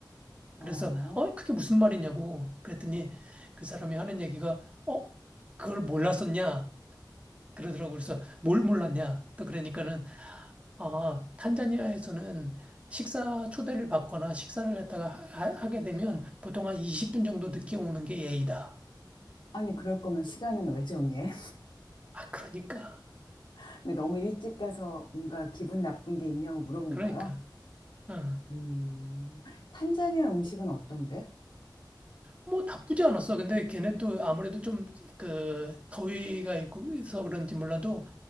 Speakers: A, on the left; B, on the right.
A: 어.
B: 그래서 어 그게 무슨 말이냐고 그랬더니 그 사람이 하는 얘기가 어 그걸 몰랐었냐? 그러더라고. 그래서 뭘 몰랐냐? 또 그러니까는 아, 탄자니아에서는 식사 초대를 받거나 식사를 갖다가 하, 하게 되면 보통 한 20분 정도 늦게 오는 게 예의다.
A: 아니, 그럴 거면 시간은 왜 정해?
B: 아, 그러니까.
A: <laughs> 근데 너무 일찍 가서 뭔가 기분 나쁜 게 있냐고 물어본
B: 그러니까.
A: 거야.
B: 응.
A: 음. 탄자니아 음식은 어떤데?
B: 뭐 나쁘지 않았어. 근데 걔네도 아무래도 좀 그 더위가 있고 해서 그런지 몰라도